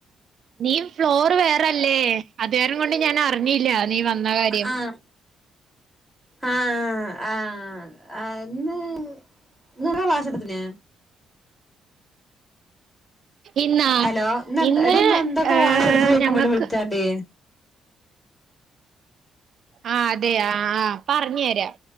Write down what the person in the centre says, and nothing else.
ആഹ് ആഹ് ആ അന്ന് നിറ വാസ എടുത്തിന്
ഹലോ ന്ന്
അടി എന്തൊക്കെ
ക്ലാസ് എടുത്ത് ചോയിക്കാൻ
വേണ്ടി വിളിച്ചാണ്ടി